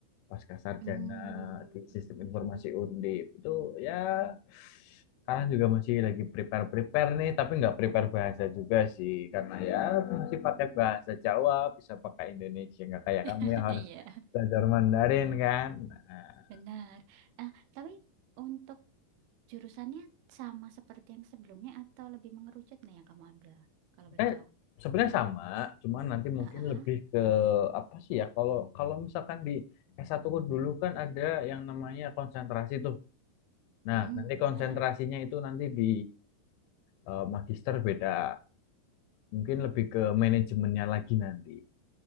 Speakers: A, on the left; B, on the right.
A: pasca sarjana
B: Hmm.
A: di sistem informasi
B: Mm-mm.
A: Undip itu ya sekarang juga masih lagi prepare prepare nih tapi nggak prepare bahasa juga sih karena ya masih pakai bahasa Jawa bisa pakai Indonesia nggak kayak kamu
B: <laughs>
A: yang
B: Iya,
A: harus belajar Mandarin kan Nah,
B: benar. Ah, tapi untuk Jurusannya sama seperti yang sebelumnya atau lebih mengerucut nih yang kamu ambil? Kalau boleh
A: Eh,
B: tahu.
A: sebenarnya sama, cuman nanti mungkin
B: Ah,
A: lebih ke apa sih ya? Kalau kalau misalkan di S1 dulu kan ada yang namanya konsentrasi tuh. Nah,
B: mm
A: nanti
B: benar.
A: konsentrasinya itu nanti di eh, magister beda. Mungkin lebih ke manajemennya lagi nanti.